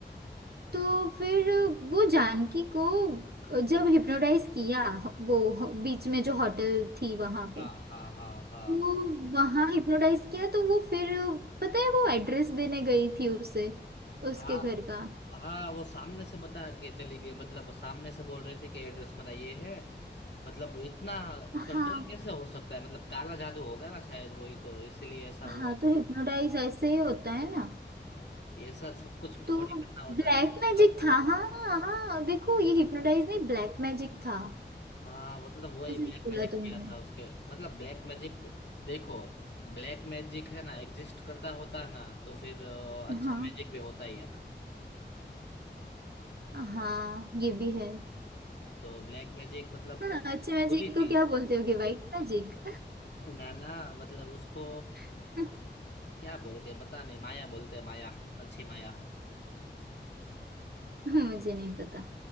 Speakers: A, on the right; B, on the left.
A: तो फिर वो जानकी को जब हिप्नोटाइज किया वो ह- बीच में जो होटल थी वहां पे
B: हाँ हाँ हाँ हाँ
A: वो वहां हिप्नोटाइज किया तो वो फिर पता है वो एड्रेस देने गई थी उसे
B: हाँ
A: उसके घर का
B: हाँ वो सामने से बता के चली गई मतलब सामने से बोल रहे थे कि एड्रेस मेरा ये है मतलब इतना कंट्रोल
A: हाँ
B: कैसे हो सकता है मतलब काला जादू होगा ना शायद वही तो इसीलिए ऐसा हुआ
A: हाँ तो हिप्नोटाइज ऐसे ही होता है ना
B: ये सब सब कुछ
A: तो
B: थोड़ी करना होता
A: ब्लैक
B: है मतलब
A: मैजिक था हाँ हाँ देखो ये हिप्नोटाइज नहीं ब्लैक मैजिक था
B: हाँ मतलब वही
A: सही
B: ब्लैक
A: बोला
B: मैजिक
A: तुमने
B: किया था उसके मतलब ब्लैक मैजिक देखो ब्लैक मैजिक है ना एग्जिस्ट करता होता है ना तो फिर अ, अच्छा
A: हाँ
B: मैजिक भी होता ही है ना
A: हाँ ये भी है
B: तो ब्लैक मैजिक मतलब
A: हाँ,
B: वो
A: अच्छे मैजिक
B: बुरी
A: को
B: चीज
A: क्या बोलते होगे वाइट मैजिक
B: है ना ना मतलब उसको
A: <laughs>
B: अ, क्या बोलते हैं पता नहीं माया बोलते हैं माया अच्छी माया
A: मुझे नहीं पता